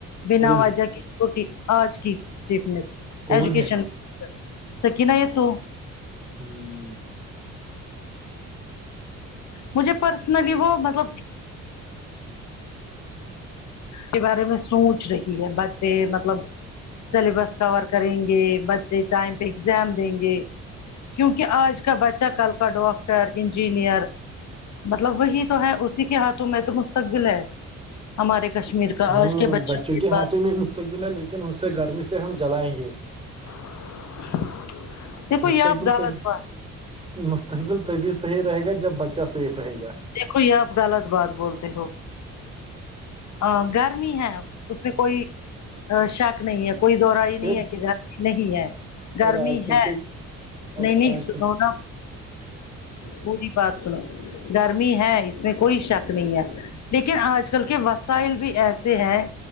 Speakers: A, on the left (about 65°); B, on the right (about 15°).
A: بنا
B: کون
A: وجہ کی چوٹی آج کی ج
B: کون
A: ایجوکیشن
B: ہے
A: توک نہیں یہ تو
B: ہوں
A: مجھے پرسنلی وہ مطلب کے بارے میں سوچ رہی ہے بچے مطلب سلیبس کور کریں گے بچے ٹائم پہ ایگزام دیں گے کیونکہ آج کا بچہ کل کا ڈاکٹر انجینئر مطلب وہی تو ہے اسی کے ہاتھوں میں تو مستقبل ہے ہمارے کشمیر کا
B: ہاں
A: آج کے
B: بچوں کے
A: پاس
B: ہاتھوں میں مستتقبل ہے لیکن اس سے گرمی سے ہم جلائیں گے
A: <unintelligible>
B: مستقبلبی
A: غلط بات
B: مستقبل طبی صحیح رہے گا جب بچہ سیف رہے گا
A: دیکھو یہ آپ غت بعات بولتے ہو ا گرمی ہے ت کوئی شک نہیں ہے کوئی دورہ یہ
B: پھر
A: نہیں ہے کہ گرمی نہیں ہے گرمی
B: اور آج کل
A: ہے
B: کے اور
A: نہیں نہیں
B: آج
A: سنو نا پوری بات سنو گرمی ہے اس میں کوئی شک نہیں ہے لیکن آج کل کے وس بھی ایسے ہیں